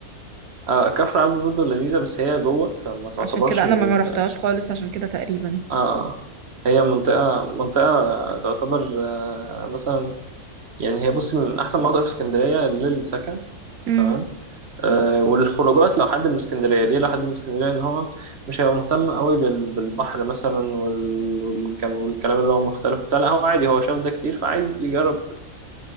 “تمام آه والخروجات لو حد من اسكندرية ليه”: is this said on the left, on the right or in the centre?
Right